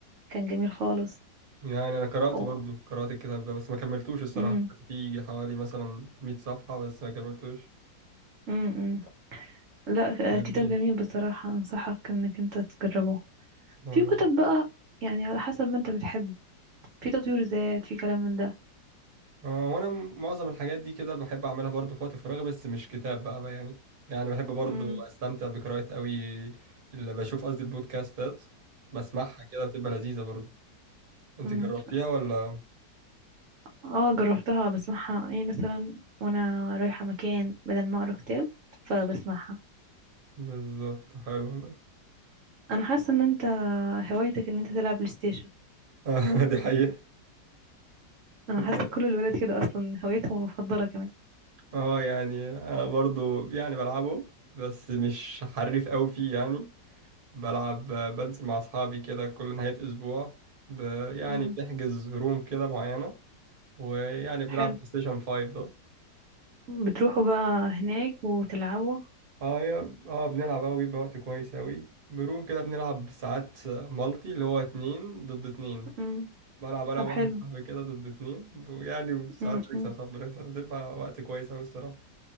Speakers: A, on the right; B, on the right.
A: كان جميل خالص
B: يعني انا قرأت
A: اوه
B: برضو قرأت الكتاب ده بس ما كملتوش الصراحة
A: امم
B: قرأت فيه حوالي مثلا 100 صفحة بس ما كملتوش
A: امم لا
B: لذيذ
A: آه، كتاب جميل بصراحة انصحك انك انت تجربه
B: آه،
A: في كتب بقى يعني على حسب ما انت بتحب في تطوير ذات في كلام من ده
B: آه، وانا م- معظم الحاجات دي كده بحب اعملها برضو في وقت فراغي بس مش كتاب بقى بقى يعني يعني بحب برضو
A: امم
B: استمتع بقراءة قوي اللي بشوف قصدي البودكاستات بسمعها كده بتبقى لذيذة برضو انت
A: امم
B: جربتيها ولا
A: اه جربتها بسمعها ايه مثلا وانا رايحة مكان بدل ما اقرا كتاب فبسمعها
B: بالظبط حلو والله
A: انا حاسة ان انت هوايتك ان انت تلعب بلاي ستيشن
B: آه، <laughs> دي حقيقة
A: انا حاسة
B: ده-
A: كل الولاد كده اصلا هوايتهم المفضلة كمان
B: اه يعني انا برضو يعني بلعبه بس مش حريف قوي فيه يعني بلعب بنزل مع أصحابي كده كل نهاية أسبوع ب... يعني
A: امم
B: بنحجز روم كده معينة ويعني بنلعب
A: حلو
B: بلاي ستيشن 5 ده
A: بتروحوا بقى هناك وتلعبوا
B: اه يا اه بنلعب أوي بيبقى وقت كويس أوي بروم كده بنلعب ساعات مالتي اللي هو اتنين ضد اتنين
A: امم
B: بلعب أنا
A: طب
B: وواحد
A: حلو
B: صاحبي كده ضد اتنين ويعني ساعات
A: امم
B: بنكسب
A: امم
B: ساعات بنكسب بتبقى وقت كويس أوي الصراحة